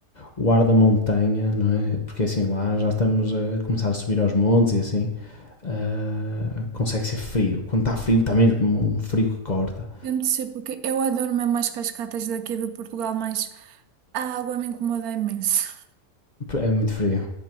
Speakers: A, on the left (about 35°); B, on the right (about 75°).
A: o ar da montanha, não é? Porque assim lá já estamos a começar a subir aos montes e assim, ah, consegue ser frio. Quando está frio, está mesmo um frio que corta.
B: Eu não sei porque eu adoro mesmo as cascatas daqui de Portugal, mas a água me incomoda imenso.
A: É muito frio.